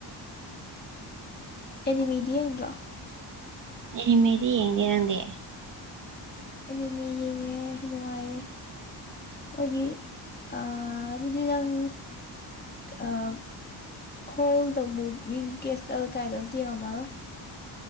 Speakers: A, on the left (about 20°); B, on the right (about 45°).
A: ꯑꯦꯗꯤ ꯃꯤꯗꯤ ꯌꯦꯡꯗ꯭ꯔꯣ
B: ꯇꯦꯔꯤ ꯃꯦꯔꯤ ꯌꯦꯡꯗꯦ ꯅꯪꯗꯤ
A: ꯑꯦꯅꯤꯃꯤ ꯌꯦꯡꯉꯦ ꯅꯨꯡꯉꯥꯏꯌꯦ ꯃꯣꯏꯒꯤ ꯑꯥ ꯑꯗꯨꯗꯤ ꯅꯪ ꯑꯥ ꯍꯣꯜꯗ ꯑꯃꯨꯛ ꯔꯤꯡ ꯀꯦꯁꯇꯜ ꯀꯥꯏꯗꯣ ꯑꯝꯇ ꯌꯦꯡꯉꯝꯃꯔꯣꯏ